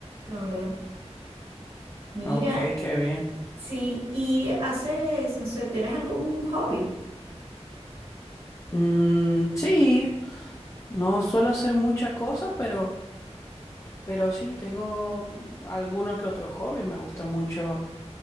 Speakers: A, on the right; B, on the left.
A: la verdad. Mira,
B: ok, qué bien.
A: Sí, y haces, no sé, ¿tienes algún hobby?
B: Mm, sí, no suelo hacer muchas cosas, pero, pero sí, tengo alguno que otro hobby. Me gusta mucho,